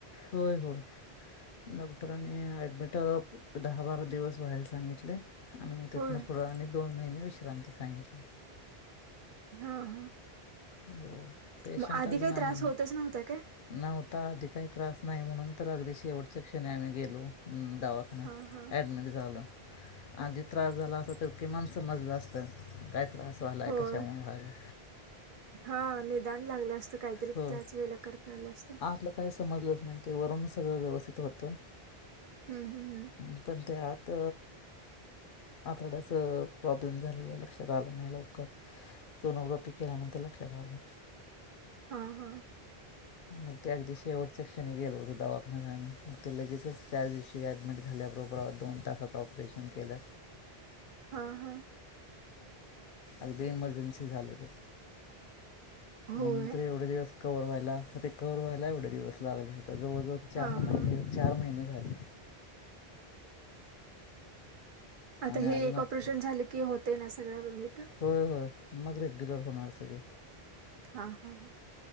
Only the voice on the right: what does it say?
होय
हा हा
मग आधी
काही
त्रास
होतच नव्हता काय
हा हा
होय
हा निदान लागलं असतं काहीतरी
त्याच वेळीला करता आलं असत
हं, हं, हं.
हा हा
हा हा
होय.
हां,
हां.
आता
हे
एक
ऑपरेशन झालं की होतय ना सगळं बनिट
हा हा ह.